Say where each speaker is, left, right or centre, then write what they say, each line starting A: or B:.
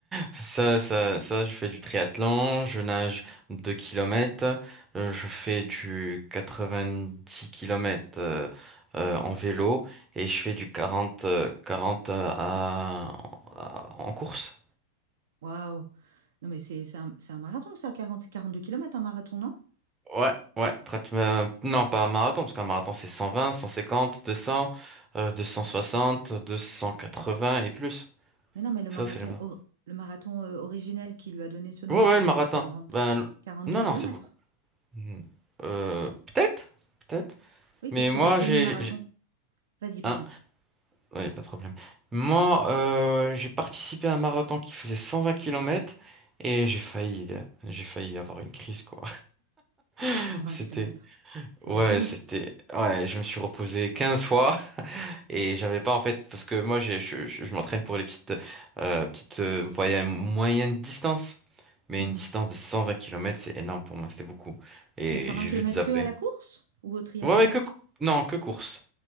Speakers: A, on the right; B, on the right.
A: Ça, ça, ça, je fais du triathlon, je nage 2 km, je fais du 90 km euh, euh, en vélo et je fais du 40 euh, 40 à, à- en course.
B: Waouh. Non, mais c'est c'est un, c'est un marathon, ça, quarante quarante deux kilomètres un marathon, non?
A: Ouais, ouais, prête- euh, non pas un marathon, parce qu'un marathon c'est 120, 150, 200, euh, deux cent soixante, deux cent quatre-vingts et plus.
B: Mais non, mais le
A: Ça,
B: marathon,
A: c'est le marathon.
B: or- le marathon euh, originel qui lui a donné ce nom,
A: Ouais,
B: c'est
A: ouais, le marathon.
B: quarante
A: Ben,
B: quarante
A: non,
B: deux kilomètres.
A: non, c'est beaucoup. Hmm. Euh, peut-être, peut-être.
B: Oui,
A: Mais
B: parce que
A: moi,
B: le semi-marathon,
A: j'ai,
B: vas-y, pardon,
A: Un. Ouais, pas de problème. Moi, euh, j'ai participé à un marathon qui faisait 120 km et j'ai failli, euh, j'ai failli avoir une crise, quoi. <laughs>
B: cent vingt
A: C'était,
B: kilomètres, C'est
A: ouais,
B: de la folie.
A: c'était, ouais, je me suis reposé 15 fois et j'avais pas, en fait, parce que moi, j'ai- je, je, je m'entraîne pour les petites, euh, petites, euh, voyages moyennes distances. Mais
B: Mhm.
A: une distance de 120 km, c'est énorme pour moi, c'était beaucoup. Et
B: Mais cent vingt
A: j'ai
B: kilomètres
A: vu de zapper.
B: que à la course ou au triathlon?
A: Ouais, ouais, que, cou- non, que course.